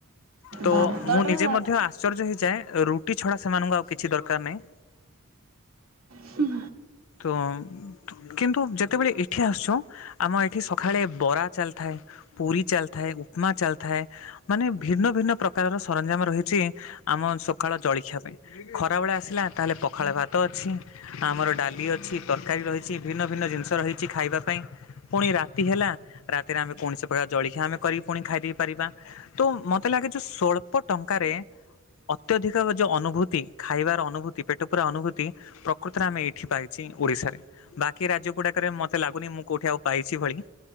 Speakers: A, on the left (about 65°); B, on the right (about 65°).
A: ତ
B: ଭାତ
A: ମୁଁ
B: ଟା
A: ନିଜେ ମଧ୍ୟ ଆଶ୍ଚର୍ଯ୍ୟ ହେଇଯାଏ ରୁଟି ଛଡା ସେମାନଙ୍କୁ ଆଉ କିଛି ଦରକାର ନାହିଁ
B: ହୁଁ
A: ତ କିନ୍ତୁ ଯେତେବେଳେ ଏଠି ଆସୁଛୁ ଆମ ଏଇଠି ସକାଳେ ବରା ଚାଲିଥାଏ ପୁରୀ ଚାଲଥାଏ ଉପମା ଚାଲଥାଏ ମାନେ ଭିନ୍ନ ଭିନ୍ନ ପ୍ରକାରର ସରଞ୍ଜାମ ରହିଛି ଆମ ସକାଳ ଜଳଖିଆ ପାଇଁ ଖରାବେଳେ ଆସିଲା ତାହେଲେ ପଖାଳ ଭାତ ଅଛି ଆମର ଡାଲି ଅଛି ତରକାରୀ ରହିଛି ଭିନ୍ନ ଭିନ୍ନ ଜିନିଷ ରହିଛି ଖାଇବା ପାଇଁ ପୁଣି ରାତି ହେଲା ରାତିରେ ଆମେ କୌଣସି ପ୍ରକାର ଜଳଖିଆ ଆମେ କରିିକି ପୁଣି ଖାଇ ଦେଇ ପାରିବା ତ ମୋତେ ଲାଗେ ଯ ସ୍ୱଳ୍ପ ଟଙ୍କାରେ ଅତ୍ୟଧିକ ଯୋଉ ଅନୁଭୂତି ଖାଇବାର ଅନୁଭୂତି ପେଟ ପୂରା ଅନୁଭୂତି ପ୍ରକୃତରେ ଆମେ ଏଇଠି ପାଇଛି ଓଡିଶାରେ ବାକି ରାଜ୍ୟ ଗୁଡାକରେ ମୋତେ ଲାଗୁନି ମୁଁ କୋଉଠି ଆଉ ପାଇଛି ଭଳି